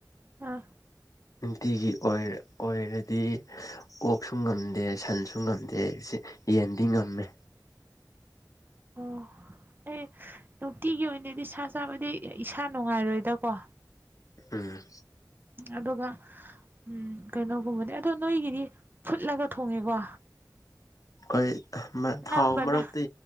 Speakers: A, on the right; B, on the left.
A: ꯑꯥ
B: ꯅꯨꯡꯇꯤꯒꯤ ꯑꯣꯏ ꯑꯣꯏꯔꯗꯤ ꯑꫭꯛꯁꯨ ꯉꯝꯗꯦ ꯁꯟꯁꯨ ꯉꯝꯗꯦ ꯌꯦꯟꯗꯤ ꯉꯝꯃꯦ
A: ꯑꯣ ꯑꯩ ꯅꯨꯡꯇꯤꯒꯤ ꯑꯣꯏꯅꯗꯤ ꯁꯥ ꯆꯥꯕꯗꯤ ꯏꯁꯥ ꯅꯨꯡꯉꯥꯏꯔꯣꯏꯗꯀꯣ
B: ꯎꯝ꯫
A: ꯑꯗꯨꯒ ꯎꯝ ꯀꯩꯅꯣꯒꯨꯝꯕꯅꯦ ꯑꯗꯣ ꯅꯣꯏꯒꯤꯗꯤ ꯐꯨꯠꯂꯒ ꯊꯣꯡꯉꯦꯀꯣ꯫
B: ꯍꯣꯢ ꯃꯥ
A: ꯅꯝꯕꯅ
B: ꯊꯥꯎ ꯃꯔꯛꯇꯤ